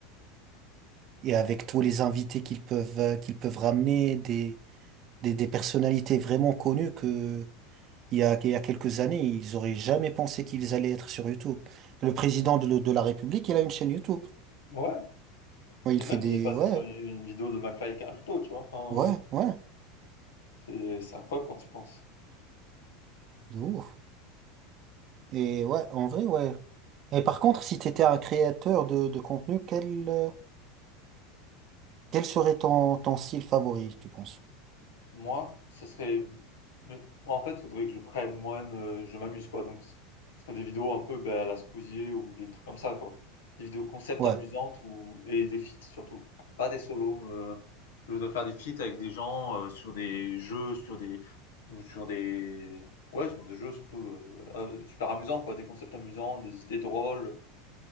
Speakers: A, on the right; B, on the left.
A: Et avec tous les invités qu'ils peuvent, euh, qu'ils peuvent ramener, des, des, des personnalités vraiment connues que, Il y a, il y a quelques années, ils auraient jamais pensé qu'ils allaient être sur YouTube. Le président de, le- de la République, il a une chaîne YouTube.
B: Ouais.
A: Ouais, il
B: Et
A: fait
B: même,
A: des...
B: il est passé
A: Ouais,
B: sur les- une vidéo de McFly et Carlito, tu vois. Enfin,
A: ouais, ouais,
B: c'est c'est incroyable quand tu penses.
A: de ouf. Et ouais, en vrai, ouais. Et par contre, si tu étais un créateur de, de contenu, quel, euh, quel serait ton, ton style favori, tu penses?
B: Moi, ce serait. euh, En fait, il faudrait que je prenne moi-même, euh, je m'amuse, quoi. Donc, ce ce serait des vidéos un peu ben, à la Spousier ou des trucs comme ça, quoi. Des vidéos concept
A: Ouais,
B: amusantes ou... et des feats surtout. Pas des solos. euh, Je dois faire des feats avec des gens euh, sur des jeux, sur des. ou sur des. Ouais, sur des jeux surtout euh, euh, super amusants, quoi. Des concepts amusants, des idées drôles.